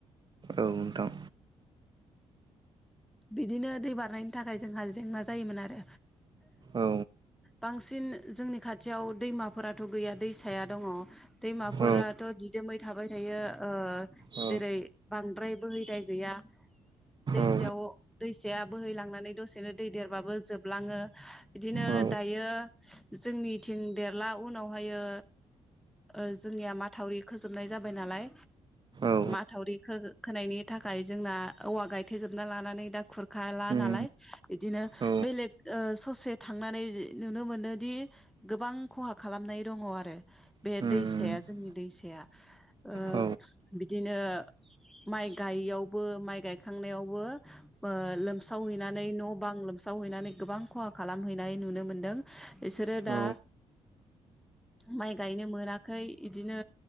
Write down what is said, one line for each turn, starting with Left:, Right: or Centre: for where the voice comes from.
Right: औ नोंथां।
Centre: बिदिनो दै बारनायनि थाखाय जोंहा जेंना जायोमोन आरो।
Right: औ
Centre: बांसिन जोंनि खाथियाव दैमाफोराथ' गैया दैसाया दङ'। दैमाफोराथ'
Right: औ
Centre: दिदोमै थाबाय थायो ओ
Right: औ
Centre: जेरै बांद्राय बोहैदाय गैया दैसायाव
Right: औ
Centre: दैसाया बोहैलांनानै दसेनो दै देरबाबो जोबलाङो इदिनो
Right: औ
Centre: दायो जोंनिथिं देरला उनावहायो ओ जोंनिया माथावरि खोजोबनाय जाबाय नालाय।
Right: औ
Centre: माथावरि खो-खोनायनि थाखाय जोंना औवा गायथेेजोबना लानानै दा खुरखाला
Right: उम
Centre: नालाय इदिनो
Right: औ
Centre: बेलेग ओ ससे थांनानै नुनो मोनोदि गोबां खहा खालामनाय दङ आरो
Right: उम
Centre: बे दैसाया जोंनि दैसाया। ओ
Right: औ
Centre: बिदिनो माइ गायैयावबो माइ गायखांनायावबो ओ लोमसावहैनानै न' बां लोमसावहैनानै गोबां खहा खालामहैनाय नुनो मोनदों। इसोरो
Right: औ
Centre: दा माइ गायनो मोनाखै इदिनो